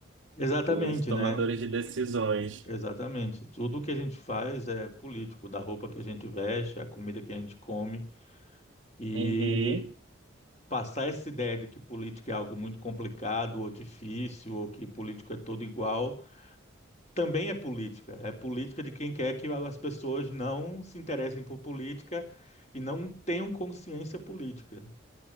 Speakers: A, on the left (about 35°); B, on the right (about 85°).
A: Exatamente,
B: Os tomadores
A: né?
B: de decisões.
A: Exatamente. Tudo que a gente faz é político, da roupa que a gente veste, a comida que a gente come. E
B: Uhum.
A: passar essa ideia de que política é algo muito complicado ou difícil, ou que político é todo igual, também é política. É política de quem quer que as pessoas não se interessem por política e não tenham consciência política.